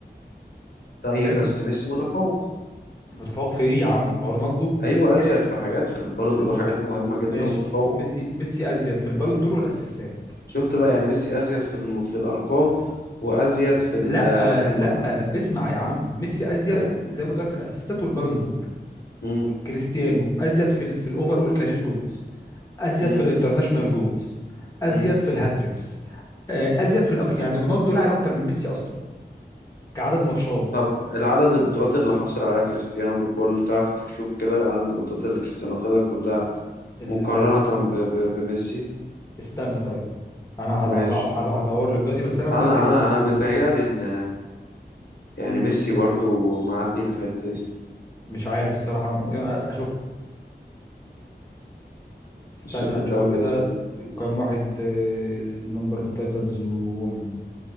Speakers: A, on the left; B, on the left.
A: طيب
B: فاهم
A: بس ميسي متفوق
B: متفوق في ايه يا عم ما رونالدو
A: ايوه
B: جاب
A: ازيد في حاجات في البالون
B: ر-
A: دور حاجات مهمه جدا
B: ماشي
A: ومتفوق
B: ميسي ميسي ازيد في البالون دور والاسيستات
A: شفت بقى يعني ميسي ازيد في الم... في الارقام وازيد في ال...
B: لا
A: في المتعه
B: لا اسمع يا عم ميسي ازيد
A: ايوه
B: زي ما قلت لك في الاسيستات والبالون دور
A: امم
B: كريستيانو ازيد في ال في الاوفر اول كارير جولز ازيد
A: امم
B: في الانترناشونال جولز ازيد
A: امم
B: في الهاتريكس آه، ازيد في الأب... يعني رونالدو لاعب اكتر من ميسي اصلا كعدد ماتشات
A: طب العدد البطولات اللي حصل عليها كريستيانو ككل تعرف تشوف كده عدد البطولات اللي كريستيانو خدها كلها
B: العدد
A: مقارنه ب... ب... بميسي
B: استنى طيب انا هد-
A: ماشي
B: هد- هد- هدور لك دلوقتي بس انا متاكد
A: انا انا انا بيتهيألي ان يعني
B: مم.
A: ميسي برضو معدي في الحته دي
B: مش عارف الصراحه
A: يعني
B: ممكن أ- اشك استنى
A: مش واخد
B: نشوفه
A: دوري
B: كده
A: اسباني كتير
B: وكم واحد نمبر اوف تايتلز وون